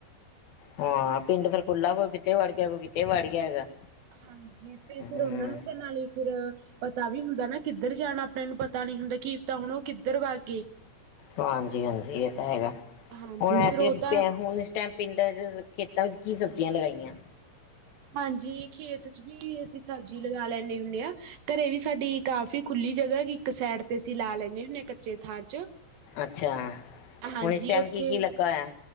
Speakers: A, on the left; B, on the right.
A: ਹਾਂ ਪਿੰਡ ਫੇਰ ਖੁਲਾ ਕੋਈ ਕਿ ਕਿਤੇ ਵੜ ਗਿਆ ਕੋਈ ਕਿਤੇ ਵੜ ਗਿਆ ਹੈਗਾ
B: ਹਾਂਜੀ ਤੇ
A: ਹੂੰ।
B: ਫਿਰ ਉਹਨਾਂ ਨੂੰ ਤੇ ਨਾਲੇ ਫਿਰ ਪਤਾ ਵੀ ਹੁੰਦਾ ਨਾ ਕਿੱਧਰ ਜਾਣਾ ਆਪਣੇ ਨੂੰ ਪਤਾ ਨੀ ਹੁੰਦਾ ਕੀ ਪਤਾ ਹੁਣ ਉਹ ਕਿੱਧਰ ਵਗ ਗਏ
A: ਹਾਂਜੀ- ਹਾਂਜੀ ਇਹ ਤਾਂ ਹੈਗਾ
B: ਹਾਂਜੀ
A: ਹੁਣ ਐ
B: ਫਿਰ ਉਹ ਤਾਂ
A: ਹੁਣ ਇਸ ਟਾਈਮ ਪਿੰਡਾਂ ਚ ਖੇਤਾਂ ਚ ਕੀ ਸਬਜ਼ੀਆਂ ਲਗਾਈਆਂ।
B: ਹਾਂਜੀ ਖੇਤ ਚ ਵੀ ਅਸੀਂ ਸਬਜ਼ੀ ਲਗਾ ਲੈਂਦੇ ਹੁੰਦੇ ਆਂ, ਘਰੇ ਵੀ ਸਾਡੀ ਕਾਫ਼ੀ ਖੁੱਲੀ ਜਗ੍ਹਾ ਇੱਕ ਸਾਈਡ ਤੇ ਅਸੀਂ ਲਾ ਲੈਂਦੇ ਹੁੰਦੇ ਕੱਚੇ ਥਾਂ ਚ
A: ਅੱਛਾ
B: ਹਾਂਜੀ
A: ਹੁਣ ਇਸ ਟਾਈਮ
B: ਉੱਥੇ
A: ਕੀ ਕੀ ਲੱਗਾ ਹੋਇਆ